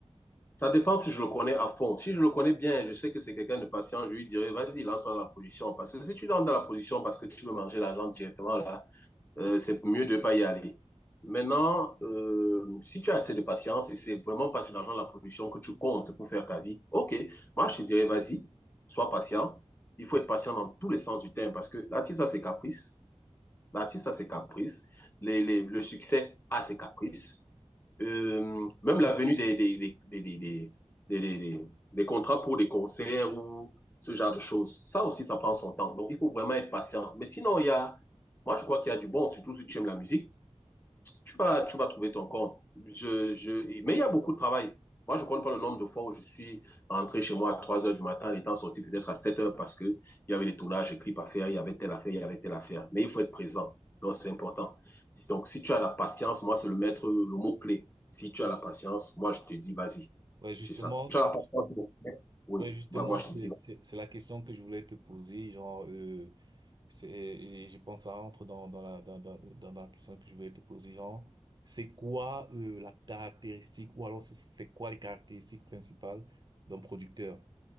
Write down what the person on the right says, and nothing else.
Ouais, justement,
si-
ouais, justement,
c'est,
c'est, c'est la question que je voulais te poser, genre, euh, C'est, et je pense, ça entre dans, dans la, dans, dans, dans dans la question que je voulais te poser, genre, c'est quoi euh, la caractéristique, ou alors c'est c'est quoi les caractéristiques principales d'un producteur?